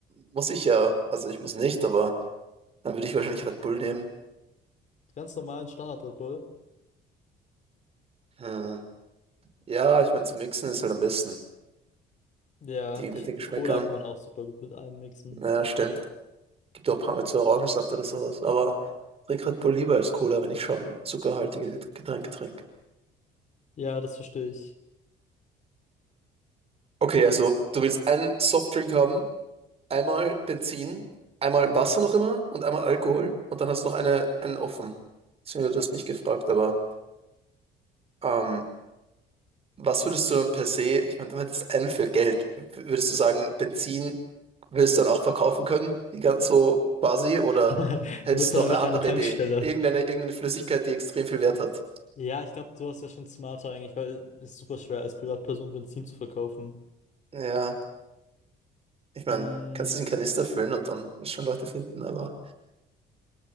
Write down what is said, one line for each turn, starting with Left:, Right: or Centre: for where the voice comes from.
Right: muss ich ja, also ich muss nicht, aber dann würde ich wahrscheinlich Red Bull nehmen.
Left: Ganz normalen Standard Red Bull.
Right: Hm. Ja, ich meine, zum Mixen ist halt am besten.
Left: Ja,
Right: Die mit
Left: ich finde,
Right: den Geschmäckern,
Left: Cola kann man auch super gut mit allem mixen.
Right: naja, stimmt. Gibt auch paar mit so Orangensaft oder sowas, aber trink Red Bull lieber als Cola, wenn ich schon zuckerhaltige Get- Getränke trinke.
Left: Ja, das verstehe ich.
Right: Okay, also du willst einen Softdrink haben, einmal Benzin, einmal Wasser noch immer und einmal Alkohol und dann hast du noch eine, einen offen. Beziehungsweise Du hast mich gefragt, aber ähm, was würdest du dann per se, ich meine, du hättest einen für Geld. W- Würdest du sagen, Benzin willst du dann auch verkaufen können, die ganz so quasi, oder
Left: <laughs>
Right: hättest
Left: Du bist
Right: du
Left: dann
Right: noch
Left: einfach
Right: eine andere
Left: eine Tankstelle.
Right: Idee? Irgendeine, irgendeine Flüssigkeit, die extrem viel Wert hat.
Left: Ja, ich glaube, sowas wäre schon smarter eigentlich, weil es ist super schwer, als Privatperson Benzin zu verkaufen.
Right: Ja, ich meine,
Left: Mm.
Right: kannst du es in Kanister füllen und dann wirst du schon Leute finden, aber